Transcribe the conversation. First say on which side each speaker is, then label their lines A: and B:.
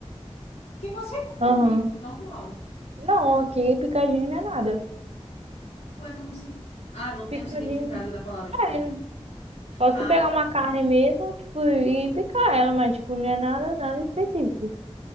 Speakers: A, on the left; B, on the right.
A: que você come,
B: Aham.
A: normal.
B: Não, aqui picadinho não é nada.
A: Ué, como assim? Ah, não tem
B: Picadinho.
A: o significado da palavra de picadinho.
B: É, Posso
A: Ah,
B: pegar
A: tá.
B: uma carne mesmo, tipo, e picar ela, mas, tipo, não é nada, nada específico.